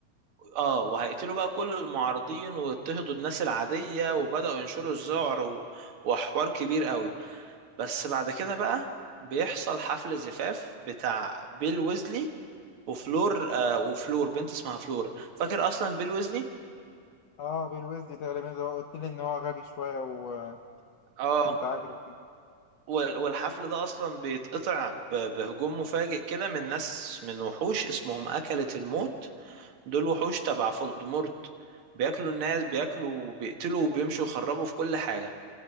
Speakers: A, on the right; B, on the left.
A: اه وهيقتلوا بقى كل المعارضين ويضطهدوا الناس العادية وبدأوا ينشروا الذعر و... وحوار كبير قوي بس بعد كده بقى بيحصل حفل زفاف بتاع بيل ويزلي وفلور آه وفلور بنت اسمها فلور فاكر أصلا بيل ويزلي
B: اه بيل ويزلي تقريبا زي ما قلت لي إن هو غبي شوية و-
A: اه
B: ومتعجرف كده
A: وال- والحفل ده اصلا بيتقطع ب- بهجوم مفاجئ كده من ناس من وحوش اسمهم أكلة الموت دول وحوش تبع فولدمورت بياكلوا الناس بياكلوا بيقتلوا وبيمشوا يخربوا في كل حاجة